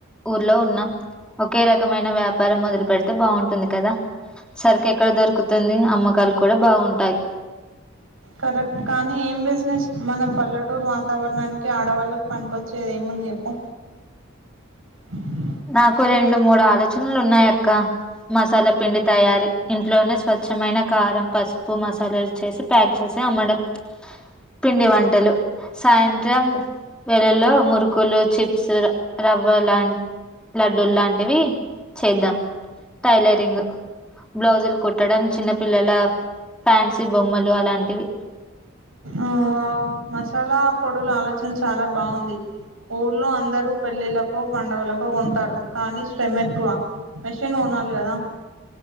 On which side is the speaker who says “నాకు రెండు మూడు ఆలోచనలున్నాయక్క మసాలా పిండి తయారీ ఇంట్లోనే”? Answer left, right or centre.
Centre